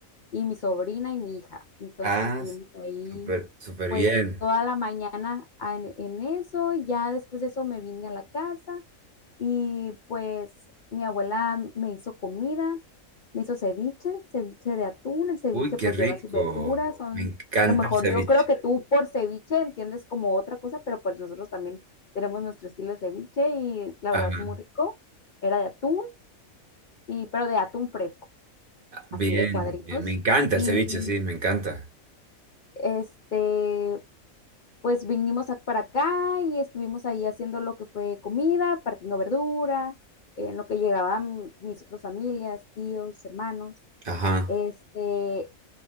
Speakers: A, on the left; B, on the right.
A: y mi sobrina y mi hija. Entonces
B: Ah,
A: estuvimos ahí
B: súper, súper
A: pues
B: bien.
A: toda la mañana en, en eso y ya después de eso me vine a la casa y pues mi abuela me hizo comida, me hizo ceviche, ceviche de atún. El ceviche
B: Uy, qué
A: pues
B: rico.
A: lleva su verdura, son,
B: Me encanta
A: a lo mejor
B: el ceviche.
A: yo creo que tú por ceviche entiendes como otra cosa, pero pues nosotros también tenemos nuestro estilo de ceviche y la
B: Ajá.
A: verdad muy rico. Era de atún, y, pero de atún fresco,
B: Bien,
A: así de cuadritos.
B: bien, me encanta
A: Y
B: el ceviche, sí, me encanta.
A: este, pues vinimos a- para acá y estuvimos ahí haciendo lo que fue comida, partiendo verdura, en lo que llegaban mis otras familias, tíos, hermanos,
B: Ajá.
A: este,